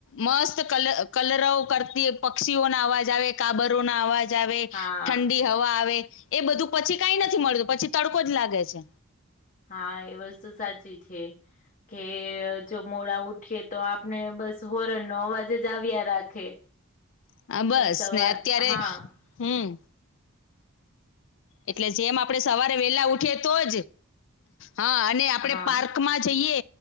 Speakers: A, on the left; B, on the left.
A: મસ્ત કલ-કલરવ કરતી પક્ષીઓના અવાજ આવે, કાબરોના અવા જ આવે,
B: હા
A: ઠંડી હવા આવે, એ બધું પછી કાઈ નથી મળતું પછી તડકો જ લાગે છે.
B: હા, એ વસ્તુ સાચી છે. કે જો મોડા ઉઠીએ તો આપને બસ હોરનનો અવાજ જ આવ્યા રાખે.
A: હા, બસ
B: સવાર
A: ને અત્યારે,
B: હા
A: હમ્મ એટલે જેમ આપડે સવારે વેલા ઉઠીએ તોજ, હા અને આપણે
B: હા
A: પાર્ કમાં જઈએ